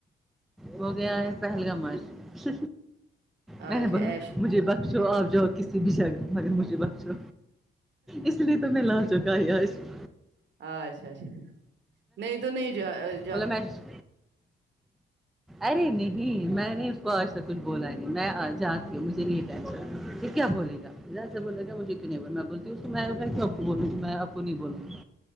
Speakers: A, in the centre; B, on the right.
A: وہ گیا ہے پہلگامچ میں
B: اچھا
A: نے بولا
B: ایش
A: مجھے بس آپ جاؤ کسی بھی جگہ مگر مجھے بخشو اس لیے تو میں لا چک <unintelligible>
B: اچھا اچھا نہیں تو نہیں جا ا
A: مطلب میچ ارے نہیں میں نے اس کو آج تک کچھ بولا نہیں میں جاتی ہوں مجھے نہیں ٹینشن کیا بولے گا جیسے بولے گا مجھے نہیں بول میں بولتی ہوں میں آ پکو بولوں گی میں آپ کو نہیں بولوں گی